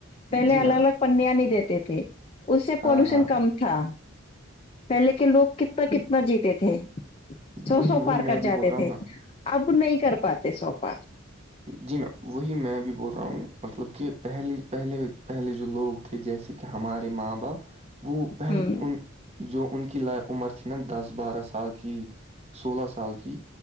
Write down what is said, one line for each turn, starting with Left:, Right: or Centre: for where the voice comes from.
Left: پہلے
Right: جی
Left: الگ
Right: میم
Left: الگ پنیا نہیں دیتے تھے اس سے
Right: ہاں
Left: پالوشن
Right: ہاں
Left: کم
Right: ہاں
Left: ا تھا پہلے کے لوگ کتنا کتنا جیتے تھے سو
Right: وہی
Left: سو
Right: وہی
Left: پار
Right: میں
Left: کر
Right: بھی
Left: جاتے
Right: بول رہا
Left: تھے
Right: ہوں نا
Left: اب نہیں کر پاتے سو پار
Right: جی میم وہی میںبھی بول رہا ہوں مطلب کہ پہلے پہلے پہلے جو لوگے تھے جیسے کہ ہمارے ماں باپ وہ پہل
Left: ہوں
Right: ان جو ان کی لا عمر تھی نا دس بارہ سال کی سولہ سال کی